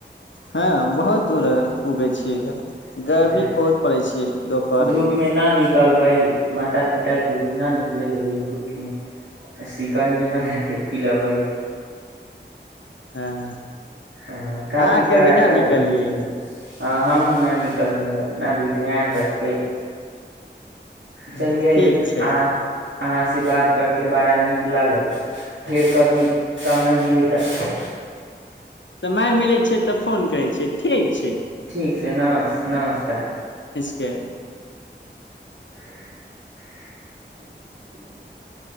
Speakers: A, on the left; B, on the right.
A: हँ बहुत दूर उगे छीियै इधर
B: अहाँ
A: गर्मी बहुत पड़ै छै दपहरमे
B: धूप में न निकलबै माता पिता के भी ना निकले देबे धूप मे सिकंजी बना के पिलेबै
A: हँ
B: ह काफी
A: अहाँ के
B: कड़ा
A: अभी न
B: कड़ा
A: निकलियै
B: धूप है ह हमू न निकलबै न भी ध्यान रखबै
A: ह
B: चलियै
A: ठीक छै
B: आ अहाँ से बात करके बड़ा नीक लागल फेर कभी समय मिली तऽ
A: समय मिलैत छै तऽ फोन करै छियै ठीक छै
B: ठीक छै नम नमस्कार
A: केन
B: <inaudible> <inaudible>